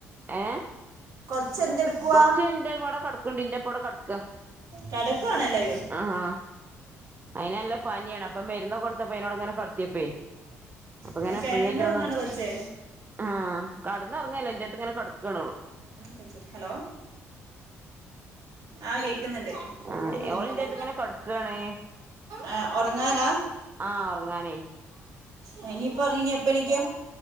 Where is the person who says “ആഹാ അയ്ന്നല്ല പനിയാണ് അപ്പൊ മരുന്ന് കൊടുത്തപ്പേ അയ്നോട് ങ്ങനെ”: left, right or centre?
Right